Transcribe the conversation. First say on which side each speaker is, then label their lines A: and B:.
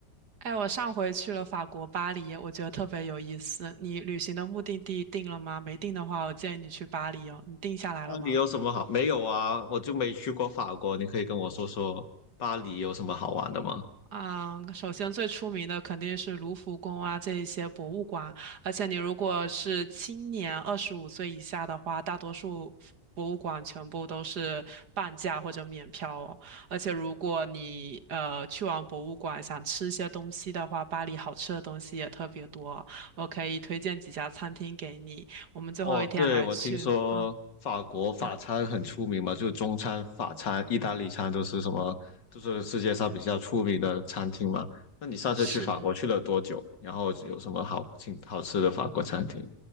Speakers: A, on the right (about 65°); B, on the left (about 85°).
A: 哎，我上回去了法国巴黎，我觉得特别有意思。你旅行的目的地定了吗？没定的话，我建议你去巴黎哦。你定下来了吗？
B: 那里有什么好？没有啊，我就没去过法国，你可以跟我说说巴黎有什么好玩的吗？
A: 啊，首先最出名的肯定是卢浮宫啊，这一些博物馆。而且你如果是青年二十五岁以下的话，大多数博物馆全部都是半价或者免票哦。而且如果你呃去完博物馆想吃一些东西的话，巴黎好吃的东西也特别多，我可以推荐几家餐厅给你。我们最后一天还去了，
B: 哦，对，我听说法国法餐很出名嘛，
A: 嗯嗯，
B: 就中餐、法餐、意大利餐都是什么，都是世界上比较出名的餐厅嘛。那你上次去法国去了多久？
A: 是。
B: 然后有什么好请好吃的法国餐厅？